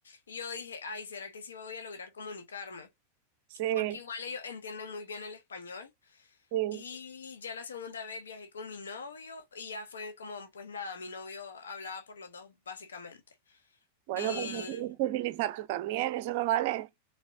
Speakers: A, on the left (about 70°); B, on the right (about 45°).
A: y yo dije, ay, ¿será que sí voy a lograr comunicarme?
B: Sí,
A: Porque igual ellos entienden muy bien el español.
B: sí.
A: Y ya la segunda vez viajé con mi novio y ya fue como, pues nada, mi novio hablaba por los dos básicamente.
B: Bueno,
A: Eh,
B: pues lo tienes que utilizar tú también, eso no vale.